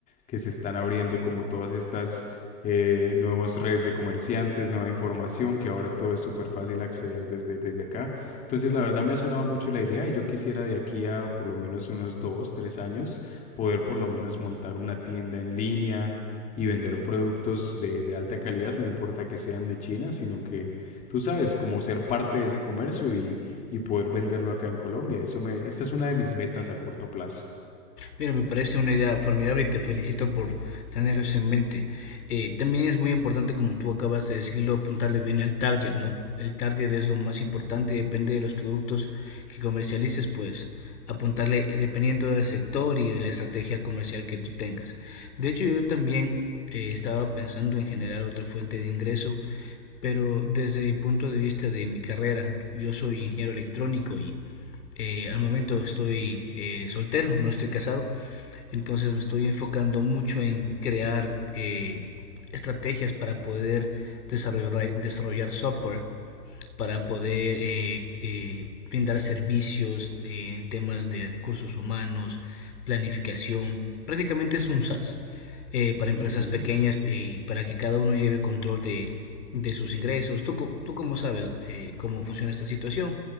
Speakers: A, on the left; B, on the left.
A: que se están abriendo como todas estas eh, nuevas redes de comerciantes, nueva información, que ahora todo es súper fácil acceder desde, desde acá. Entonces, la verdad me ha sonado mucho la idea y yo quisiera de aquí a por lo menos unos dos, tres años poder por lo menos montar una tienda en línea y vender productos de, de alta calidad, no importa que sean de China, sino que tú sabes, como ser parte de ese comercio y, y poder venderlo acá en Colombia. Eso me, esa es una de mis metas a corto plazo.
B: Mira, me parece una idea formidable y te felicito por tener eso en mente. Eh, también es muy importante, como tú acabas de decirlo, apuntarle bien al target, ¿no? El target es lo más importante y depende de los productos que comercialices, pues apuntarle dependiendo del sector y de la estrategia comercial que tú tengas. De hecho, yo también eh, estaba pensando en generar otra fuente de ingreso, pero desde el punto de vista de mi carrera, yo soy ingeniero electrónico y eh, al momento estoy eh, soltero, no estoy casado, entonces me estoy enfocando mucho en crear eh, estrategias para poder desarrollar, desarrollar software, para poder eh, eh, brindar servicios eh, en temas de recursos humanos, planificación, prácticamente es un SaaS eh, para empresas
A: Ujú.
B: pequeñas y eh, para que cada uno lleve control de, de sus ingresos. Tú, tú cómo sabes eh, cómo funciona esta situación